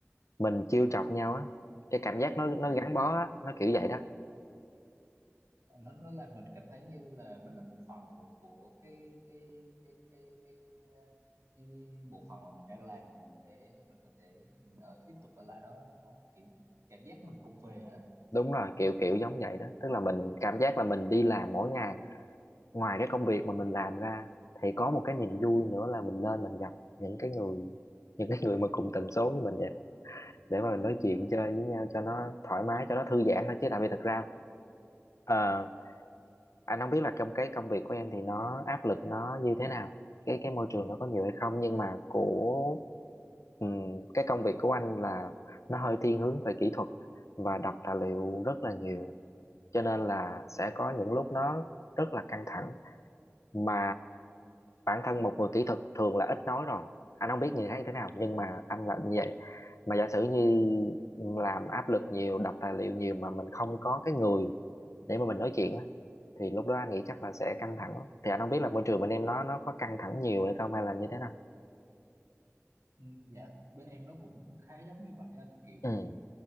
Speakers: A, on the left; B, on the right.
A: mình trêu chọc nhau á cái cảm giác nó nó
B: À,
A: gắn bó á nó kiểu vậy đó
B: nó nó làm mình cảm thấy như là mình là một phần của của cái cái cái cái cái ờ, cái bộ phận mà mình đang làm để cho mình có thể mình ở, tiếp tục ở lại đó đúng không? kiểu cảm giác mình thuộc về á
A: đúng rồi kiểu kiểu giống vậy đó tức là mình cảm giác là mình đi làm mỗi ngày ngoài cái công việc mà mình làm ra thì có một cái niềm vui nữa là mình lên mình gặp những cái người những cái người mà cùng tần số với mình vậy để mà mình nói chuyện
B: dạ
A: chơi với nhau cho nó thoải mái cho nó thư giãn thôi chứ tại vì thật ra ờ, anh không biết là trong cái công việc của em thì nó áp lực nó như thế nào cái cái môi trường nó có nhiều hay không nhưng mà của ừm, cái công việc của anh là nó hơi thiên hướng về kỹ thuật và đọc tài liệu rất là nhiều cho nên là sẽ có những lúc nó rất là căng thẳng mà bản thân một người kỹ thuật thường là ít nói rồi anh không biết như thế như thế nào nhưng mà anh là như vậy mà giả sử như làm áp lực nhiều đọc tài liệu nhiều mà mình không có cái người để mà mình nói chuyện á thì lúc đó anh nghĩ
B: Ừ.
A: chắc là sẽ căng thẳng lắm. thì anh không biết là môi trường bên em nó nó có căng thẳng nhiều hay không hay là như thế nào
B: Ừ, dạ bên em nó cũng khá giống như vậy anh kiểu
A: ừ